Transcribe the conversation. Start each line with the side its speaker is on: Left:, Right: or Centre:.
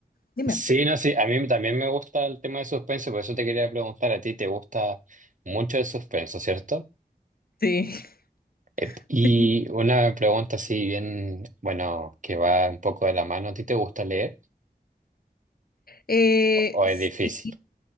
Left: Dime.
Right: sí, no, sí, a mí también me gusta el tema de suspenso, por eso te quería preguntar a ti, ¿te gusta mucho el suspenso, cierto?
Left: Sí.
Right: Ep,
Left: <laughs>
Right: Y una pregunta así bien, bueno, que va un poco de la mano, ¿a ti te gusta leer
Left: Eh,
Right: o es
Left: sí.
Right: difícil? <laughs>